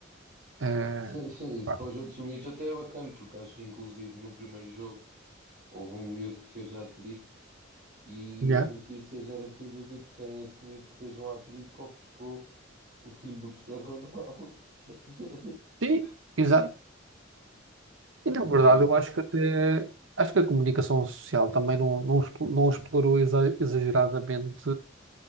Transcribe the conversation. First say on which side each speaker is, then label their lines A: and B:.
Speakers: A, on the right; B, on the right.
A: Eh,
B: Sim, sim, isso
A: pá,
B: para os outros miúdos até é bacana, porque acho que inclusive no primeiro jogo houve um miúdo que fez hat-trick e
A: já.
B: as notícias era tudo tipo quem é este miúdo que fez um hat-trick que ofuscou o filho do Cristiano Ronaldo. <laughs> E,
A: Sim, exato. E na
B: e
A: verdade
B: vai.
A: eu acho que até, acho que a comunicação social também não, não, expo- não explorou exa- exageradamente